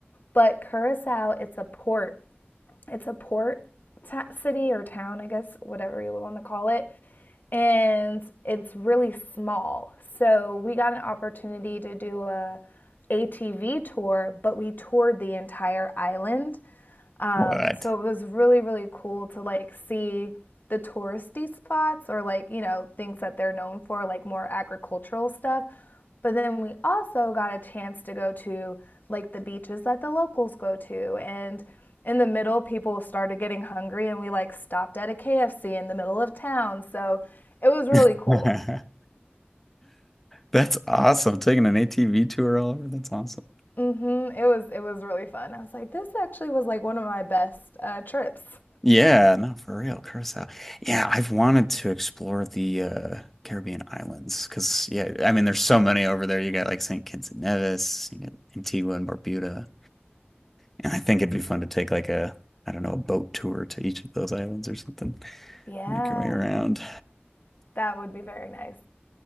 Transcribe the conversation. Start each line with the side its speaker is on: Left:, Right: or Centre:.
Left: But Curacao, it's a port. It's a port t- city or town, I guess, whatever you want to call it. And it's really small. So we got an opportunity to do a ATV tour, but we toured the entire island. Um,
Centre: What?
Left: so it was really, really cool to like see the touristy spots or like, you know, things that they're known for, like more agricultural stuff. But then we also got a chance to go to like the beaches that the locals go to. And in the middle, people started getting hungry and we like stopped at a KFC in the middle of town. So it was really
Centre: <laughs>
Left: cool.
Centre: That's awesome. Taking an ATV tour all over. That's awesome.
Left: hmm It was it was really fun. I was like, this actually was like one of my best uh, trips.
Centre: Yeah, no, for real. Curacao. Yeah, I've wanted to explore the uh Caribbean islands because yeah, I mean there's so many over there. You got like St. Kitts and Nevis, you got Antigua and Barbuda. And I think it'd be fun to take like a, I don't know, a boat tour to each of those islands or something.
Left: <laughs> yeah,
Centre: Make your way around.
Left: that would be very nice.